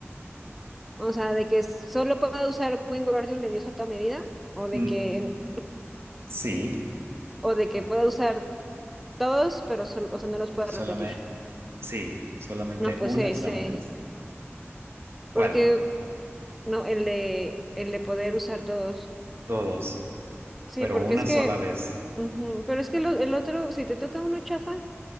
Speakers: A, in the centre; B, on the right.
A: O sea, de que solo pueda usar Wingardium Leviosa toda mi vida o de
B: Mm,
A: que,
B: sí,
A: o de que pueda usar todos, pero solo, o sea, no los pueda
B: solamente,
A: repetir.
B: sí, solamente
A: No, pues
B: una
A: ese,
B: sola vez.
A: porque
B: ¿Cuál?
A: no, el de, el de poder usar todos.
B: Todos,
A: Sí,
B: pero
A: porque
B: una
A: es que,
B: sola vez.
A: ujú, pero es que lo- el otro, si te toca uno chafa,